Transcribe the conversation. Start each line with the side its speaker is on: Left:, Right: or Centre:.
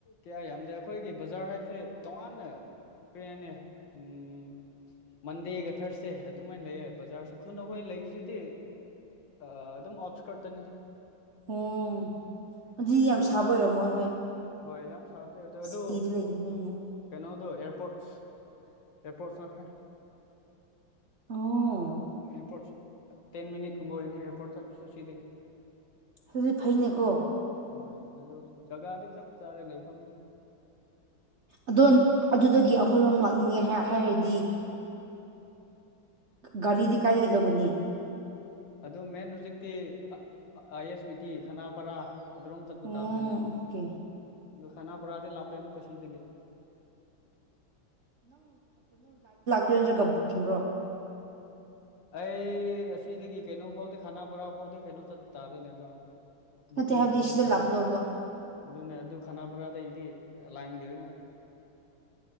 Left: ꯀꯌꯥ ꯌꯥꯝꯗꯦ ꯑꯩꯈꯣꯏꯒꯤ ꯕꯖꯥꯔ ꯍꯥꯏꯕꯁꯦ ꯇꯣꯉꯥꯟꯅ ꯀꯔꯤ ꯍꯥꯏꯅꯤ ꯎꯝ ꯃꯟꯗꯦꯒ ꯊꯥꯔꯁꯗꯦ ꯑꯗꯨꯃꯥꯏꯅ ꯂꯩꯌꯦ ꯕꯖꯥꯔꯁꯦ ꯈꯨꯟ ꯑꯩꯈꯣꯏ ꯂꯩꯕꯁꯤꯗꯤ ꯑ ꯑꯗꯨꯝ ꯑꯣꯁꯀꯔ ꯇꯅꯤꯗ
Right: ꯑꯣꯝ ꯑꯗꯨꯗꯤ ꯌꯥꯝ ꯁꯥꯕ ꯑꯣꯏꯔꯝꯃꯣꯏ ꯍꯣꯏ
Left: ꯍꯣꯏ ꯌꯥꯝ ꯁꯥꯕꯗꯤ ꯑꯗꯣ ꯑꯗꯨ
Right: ꯁꯤꯇꯤꯗ ꯂꯩꯇꯕꯅꯤꯅ
Left: ꯀꯩꯅꯣꯗꯣ ꯑꯦꯌꯔꯄꯣꯔꯠꯁ ꯑꯦꯔꯄꯣꯔꯠꯁ ꯅꯈ꯭ꯔꯦ
Right: ꯑꯣ
Left: ꯑꯦꯌꯥꯔꯄꯣꯔꯠ ꯇꯦꯟ ꯃꯤꯅꯤꯠꯀꯨꯝꯕ ꯑꯣꯏꯅꯤ ꯑꯦꯌꯥꯔꯄꯣꯔꯠ ꯆꯠꯄꯁꯨ ꯁꯤꯗꯒꯤꯦ
Right: ꯑꯗꯨꯗꯤ ꯐꯩꯅꯦꯀꯣ
Left: ꯍꯣꯏ ꯑꯗꯨ ꯖꯒꯥꯗꯤ ꯆꯞ ꯆꯥꯔꯦ ꯂꯩꯐꯝꯗ
Right: ꯑꯗꯣ ꯑꯗꯨꯗꯒꯤ ꯑꯩꯈꯣꯏꯔꯣꯝ ꯂꯥꯛꯅꯤꯡꯉꯦ ꯍꯥꯏꯔꯗꯤ ꯒꯥꯔꯤꯗꯤ ꯀꯥꯏꯔꯒꯂꯒꯅꯤ
Left: ꯑꯗꯨ ꯃꯦꯟ ꯍꯧꯨꯖꯤꯛꯇꯤ ꯑꯥꯏ ꯑꯦꯁ ꯕꯤ ꯇꯤ ꯈꯅꯥꯄꯔꯥ ꯑꯗꯨꯔꯣꯝ ꯆꯠꯄ
Right: ꯑꯣꯀꯦ
Left: ꯇꯥꯕꯅꯤꯅꯦ ꯑꯗꯣ ꯈꯅꯥꯄꯔꯥꯗꯤ ꯂꯥꯛꯞꯄꯦ ꯑꯃꯨꯛ ꯀꯁꯤꯗꯒꯤ
Right: ꯁꯤꯂꯤꯟꯗꯔꯒ ꯕꯨꯛꯀꯤꯡꯔꯣ
Left: ꯑꯩ ꯑꯁꯤꯗꯒꯤ ꯀꯩꯅꯣ ꯐꯥꯎꯗꯤ ꯈꯥꯅꯥ ꯄꯔꯥ ꯐꯥꯎꯗꯤ ꯀꯩꯅꯣ ꯆꯠꯄ ꯇꯥꯔꯣꯏꯅꯦ ꯑꯗꯣ ꯕꯨꯀꯤꯡꯗ
Right: ꯅꯠꯇꯦ ꯍꯥꯏꯕꯗꯤ
Left: ꯆꯠꯕ
Right: ꯁꯤꯗ
Left: ꯇꯥꯔꯦꯅꯦ
Right: ꯂꯥꯛꯄꯗꯧꯕ
Left: ꯑꯗꯨꯅ ꯑꯗꯨ ꯈꯅꯥꯄꯔꯥꯗꯗꯤ ꯂꯥꯏꯟꯒꯤ ꯑꯣꯏꯅ